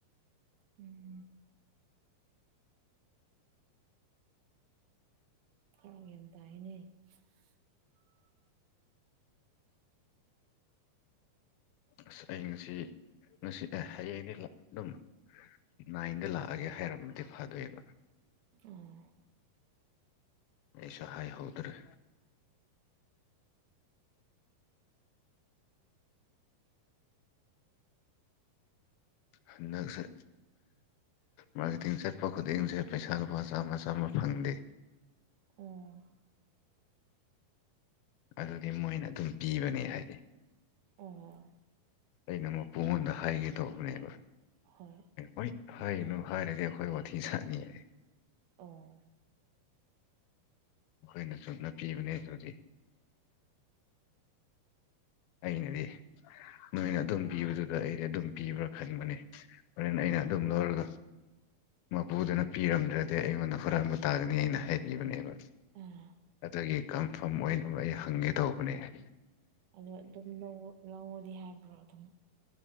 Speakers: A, on the right; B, on the left.
A: ꯎꯝ <unintelligible> <unintelligible>
B: ꯑꯁ ꯑꯩ ꯉꯁꯤ ꯉꯁꯤ ꯍꯌꯦꯡꯗꯒꯤ ꯑꯗꯨꯝ ꯅꯥꯏꯟꯗ ꯂꯥꯛꯑꯒꯦ ꯍꯥꯏꯔꯝꯃꯗꯤ ꯐꯥꯗꯣꯏꯕ
A: ꯑꯣ
B: ꯑꯩꯁꯨ ꯍꯥꯏꯍꯧꯗ꯭ꯔꯦ ꯍꯟꯗꯛꯁꯦ ꯃꯥꯔꯀꯦꯇꯤꯡ ꯆꯠꯄ ꯈꯨꯗꯤꯡꯁꯦ ꯄꯩꯁꯥ ꯂꯨꯄꯥ ꯆꯥꯝꯃ ꯆꯥꯝꯃ ꯐꯪꯗꯦ
A: ꯑꯣ
B: ꯑꯗꯨꯗꯤ ꯃꯣꯏꯅ ꯑꯗꯨꯝ ꯄꯤꯕꯅꯦ ꯍꯥꯏꯌꯦ
A: ꯑꯣ
B: ꯑꯩꯅ ꯄꯨꯡꯉꯣꯟꯗ ꯍꯥꯏꯒꯦ ꯇꯧꯕꯅꯦꯕ
A: ꯍꯣꯏ
B: ꯍꯣꯏ ꯍꯏꯅꯨ ꯍꯥꯏꯔꯗꯤ ꯑꯩꯈꯣꯏ ꯋꯥꯊꯤ ꯆꯅꯤꯌꯦ
A: ꯑꯣ
B: ꯑꯩꯈꯣꯏꯅ ꯆꯨꯝꯅ ꯄꯤꯕꯅꯦ ꯑꯗꯨꯗꯤ ꯑꯩꯅꯗꯤ ꯅꯣꯏꯅ ꯑꯗꯨꯝ ꯄꯤꯕꯗꯨꯗ ꯑꯩꯗꯤ ꯑꯗꯨꯝ ꯄꯤꯕ꯭ꯔꯥ ꯈꯟꯕꯅꯦ ꯍꯣꯔꯦꯟ ꯑꯩꯅ ꯑꯗꯨꯝ ꯂꯧꯔꯒ ꯃꯄꯨꯗꯨꯅ ꯄꯤꯔꯝꯗ꯭ꯔꯗꯤ ꯑꯩꯉꯣꯟꯗ ꯍꯨꯔꯥꯟꯕ ꯇꯥꯒꯅꯤ ꯑꯩꯅ ꯍꯥꯏꯕꯤꯕꯅꯦꯕ
A: ꯑꯣ
B: ꯑꯗꯒꯤ ꯀꯟꯐꯥꯝ ꯑꯣꯏꯅꯕ ꯑꯩ ꯍꯪꯒꯦ ꯇꯧꯕꯅꯦ ꯍꯥꯏ
A: ꯑꯗꯣ ꯑꯗꯨꯝ ꯂꯧ ꯂꯧꯋꫭꯗꯤ ꯍꯥꯏꯕ꯭ꯔꯣ ꯑꯗꯨꯝ